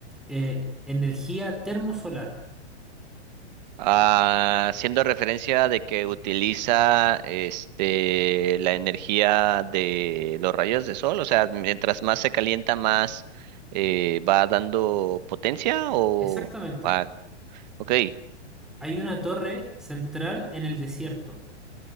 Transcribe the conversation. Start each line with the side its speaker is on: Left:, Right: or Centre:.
Centre: eh, energía termosolar.
Right: Ah, haciendo referencia de que utiliza este la energía de los rayos de sol, o sea, mientras más se calienta, más eh, va dando potencia o
Centre: Exactamente.
Right: ah, ok,
Centre: Hay una torre central en el desierto,